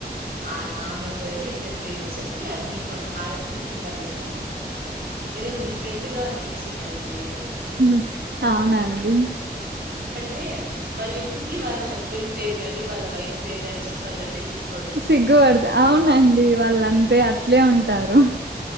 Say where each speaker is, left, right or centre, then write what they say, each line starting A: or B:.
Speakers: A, on the right; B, on the right.
A: ఆ ఆమె పేరు ఇద్దరు పేర్లు చెప్పి ఆ దీపం హారతిని కింద పెట్టాలం ఏదో డిఫ్రెన్ట్ గా అనిపిచ్చిందండి అది అసలు
B: హ్మ్ అవునండి
A: టే వాళ్ళు ఇప్పటికి వాళ్ళ హస్బెండ్ పేరు గాని వాళ్ళ వైఫ్ పేరు గాని చెప్పాలంటే సిగ్
B: సిగ్గు పడుత అవున్ డి వాళ్ళ అంతే అట్లే ఉంటారు